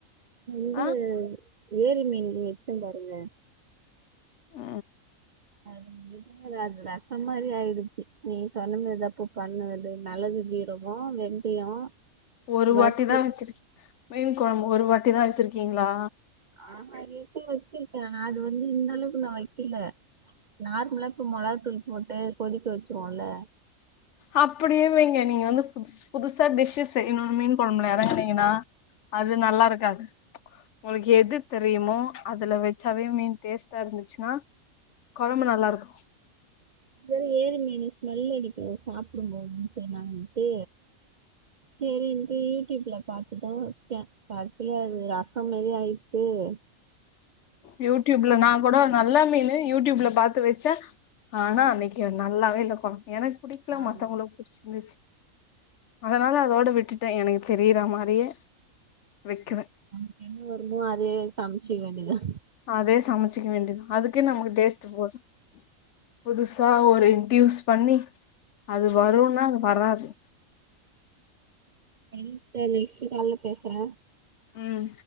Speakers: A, on the right (about 55°); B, on the left (about 65°).
A: இது
B: ஆ
A: ஏரி மீன் வெச்சம் பாருங்க
B: அ
A: அது <unintelligible> அது ரசோ மாதிரி ஆயிடுச்சு நீ சொன்ன மேரிதா குக் பண்ணது நல்லது சீரகோ வெந்தயோ
B: ஒரு
A: வறுத்து
B: வாட்டி தா வெச்சிருக்கிங் மீன் கொழம்பு ஒரு வாட்டி தா வெச்சிருக்கீங்ளா
A: ஆ ஹா ஏற்கனவே வெச்சிருக்கே அது வந்து இந்த அளவுக்கு நா வெக்கல நார்மலா ப்போ மொளகா தூள் போட்டு கொதிக்க வச்சருவோல்ல
B: அப்டியே வைங்க நீங்க வந்து புது புதுசா டிஷ்ஸு செய்யணுன்னே ஒரு மண்நேரோ அனுங்கினா அது நல்லாருக்காது உங்களுக்கு எது தெரியுமோ அதுல வெச்சாவே மீன் டேஸ்ட்டா இருந்துச்சுன்னா கொழம்பு நல்லாருக்கு
A: சரி ஏரி மீனு ஸ்மெல் அடிக்கு சாப்புடும் போது செய்லாங்கட்டு செரின்ட்டு யூடியூப்ல பாத்துதா வெச்சே கடைசில அது ரச மாரி ஆயிச்சு அ
B: யூடியூப்ல நா கூட நல்ல மீனு யூடியூப்ல பாத்து வெச்சே ஆனா அன்னைக்கு நல்லாவே இல்லப்பா எனக்கு பிடிக்கல
A: ஆமா
B: மத்தவங்களுக்கு புடிச்சி இருந்துச்சு அதனால அதோட விட்டுட்டே எனக்கு தெரியற மாரியே வைக்க
A: நமக்கு என்ன வருமோ அதே சம்ச்சிக்க வேண்டியதா
B: அதே சமச்சுக்க வேண்டியதா அதுக்கே நமக்கு டேஸ்ட் போது புதுசா ஒரு இன்ட்யூஸ் பண்ணி அது வருனா அது வராது
A: எஞ்ச்ட்ட நெக்ஸ்ட் கால்ல பேசுற
B: ம்